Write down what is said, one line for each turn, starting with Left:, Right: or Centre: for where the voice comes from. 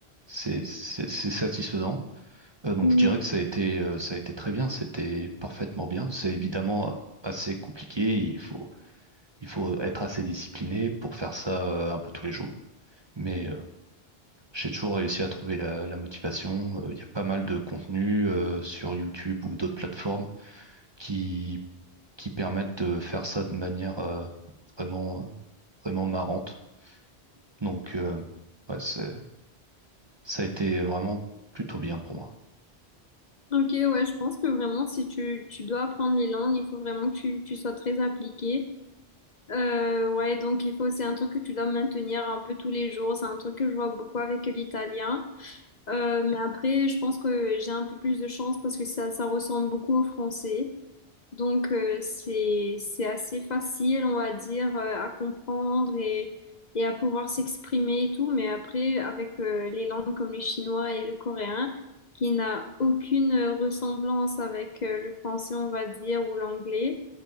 Right: c'est- c'est- c'est satisfaisant. Euh, donc
Left: mhm.
Right: je dirais que ça a été, euh, ça a été très bien, c'était parfaitement bien. C'est évidemment assez compliqué, il faut, il faut être assez discipliné pour faire ça euh, un peu tous les jours. Mais euh, j'ai toujours réussi à trouver la, la motivation. Euh, Il y a pas mal de contenus euh, sur YouTube ou d'autres plateformes qui, qui permettent de faire ça de manière euh, vraiment, euh, vraiment marrante. Donc, euh, ouais, c'est- Ça a été vraiment plutôt bien pour moi.
Left: Ok, ouais, je pense que vraiment, si tu, tu dois apprendre les langues, il faut vraiment que tu, tu sois très appliqué. Euh, ouais, donc il faut, c'est un truc que tu dois maintenir un peu tous les jours. C'est un truc que je vois beaucoup avec l'italien. Euh, mais après, je pense que j'ai un peu plus de chance parce que ça, ça ressemble beaucoup au français. Donc, euh, c'est, c'est assez facile, on va dire, euh, à comprendre et, et à pouvoir s'exprimer et tout. Mais après, avec euh, les langues comme le chinois et le coréen, qui n'a aucune euh, ressemblance avec euh, le français, on va dire, ou l'anglais,